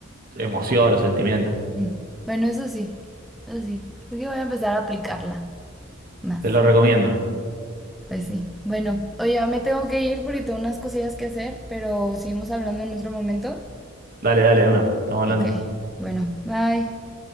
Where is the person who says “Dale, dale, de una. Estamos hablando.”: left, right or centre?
Right